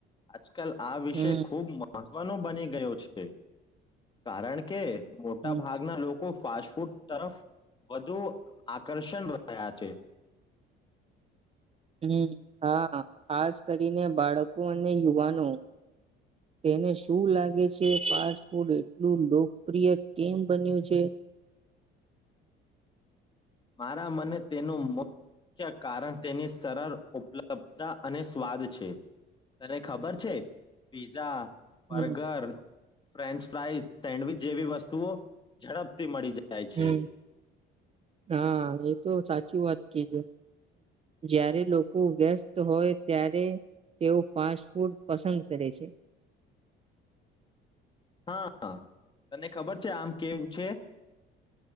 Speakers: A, on the left; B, on the right.
A: આજ કલ આ વિષય
B: હમ
A: ખુબ મઅ ગણું બની ગયો છે. કારણ કે મોટા
B: હમ
A: ભાગના લો કો ફાસ્ટફૂડ તરફ વધુ આકર્ષણ રહ્યા છે.
B: હમ્મ હા ખાસ કરીને બાળકો, અને યુવાનો, તેને શું લાગે છે? ફાસ્ટ ફૂડ એટલું લોકપ્રિય કેમ બન્યું છે
A: મારા મને તેનું મુખ્ય કારણ તેની સરળ ઉપલબ્તા અને સ્વાદ છે. તને ખબર છે, પીઝા બર્ગર,
B: હમ
A: ફ્રેન્ચ ફ્રાઈઝ, સેન્ડવિચ જેવી વસ્તુઓ ઝડપથી મળી જાય જાય છે.
B: હમ હા એ તો સાચી વાત કીધુ. જ્યારે લોકો વ્યસ્ત હોય ત્યારે તેઓ ફાસ્ટફૂડ પસંદ કરે છે.
A: હા હ તને ખબર છે, આમ કેમ છે